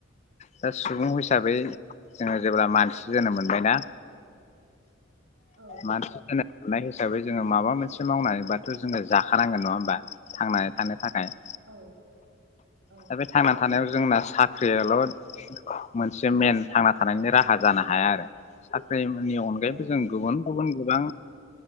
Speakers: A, on the left; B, on the right.
A: दा सुबुं हिसाबै जोङो जेब्ला मानसि जोनोम मोनबायना
B: औ
A: मानसि मोननाय हिसाबै जोङो माबा मोनसे मावनाय- ब्लाबोथ जोङो जाखा नांगोन नङा होमबा बा थांनानै थानो थाखाय
B: औ औ
A: दा बे थांनानै थानायाव जोंना साख्रियाल मोनसे मेन थांना थानायनि राहा जानो हाया आरो साख्रि नि अनगायैबो
B: औ
A: जों
B: नंगौ
A: गुबुन
B: नोंथां
A: गुबुन
B: थारैनो
A: गोबां